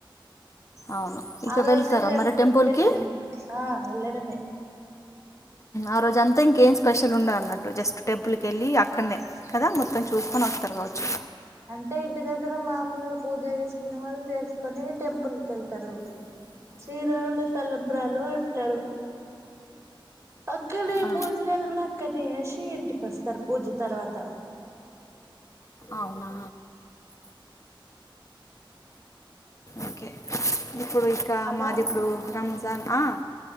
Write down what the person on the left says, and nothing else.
అవును ఇక
వెళ్తారా
మరి టెంపుల్కి
ఆ రోజంతా ఇంకేం స్పెషల్ ఉండదు అన్నట్టు జస్ట్ టెంపుల్ కి వెళ్ళి అక్కడనే కదా మొత్తం చూసుకొని వస్తారు కావచ్చు
<inaudible>
ఆ,
అవునా ఓకే ఇప్పుడు ఇంకా
మాది ఇప్పుడు రంజాన్ ఆ